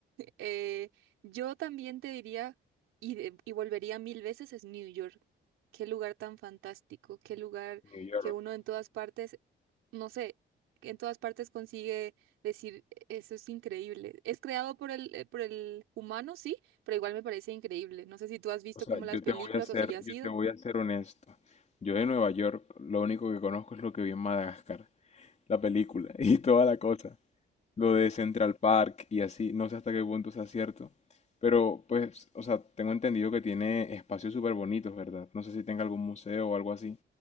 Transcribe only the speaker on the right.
Eh, yo también te diría, y, de- y volvería mil veces, es New York. Qué lugar tan fantástico, qué lugar
que uno en todas partes, no sé, que en todas partes consigue decir, "E-, eso es increíble. Es creado por el, eh, por el humano, sí, pero igual me parece increíble. No sé si tú has visto
como
las películas
o si ya has
ido.